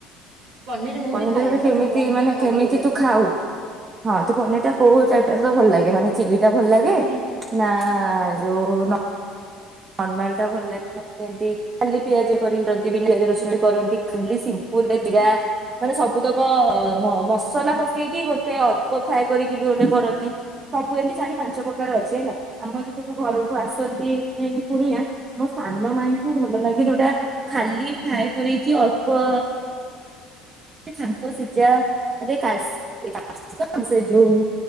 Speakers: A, on the right; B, on the right.
A: ପନିର ମୁଁ
B: ପନିରଟା
A: ବି ଖାଏନି
B: ତତେ
A: ମତେ
B: କେମିତି
A: ପନିର
B: ମାନେ
A: ଭାରି
B: କେମିତି
A: ଇଏ ଲାଗେ
B: ତୁ ଖାଉ? ହଁ ତୁ ପନିର ଟା ତତେ କୋଉ ଟାଇପ ଟା ତତେ ଭଲ ଲାଗେ? ମାନେ ଚିଲି ଟା ଭଲ ଲାଗେ
A: ମାନେ
B: ନା ଯଉ ନ ନର୍ମାଲ ଟା ଭଲ ଲାଗେମତି ଖାଲି ପିଆଜ କରିନ୍ତି ପିଆଜ ରସୁଣ କରନ୍ତି ଖାଲି ସିମ୍ପୁଲରେ ଜିରା ମାନେ ସବୁ ତକ ମ ମସଲା ପକେଇକି ଗୋଟେ ଅଳ୍ପ ଫ୍ରାଏ କରିକି ବି ଗୋଟେ କରନ୍ତି ସବୁ ଏମିତି ଚାରି ପାଞ୍ଚ ପ୍ରକାର ଅଛି ହେଲା ଆମର ସବୁ ଘରକୁ ଆସନ୍ତି କୁଣିଆ ମୋ ସାନ ମାଇଁଙ୍କୁ ଭଲ ଲାଗେ ଯୋଉଟା ଖାଲି ଫ୍ରାଏ କରିକି ଅଳ୍ପ ତାଙ୍କୁ ସିଝାରେ କାସ ଯୋଉ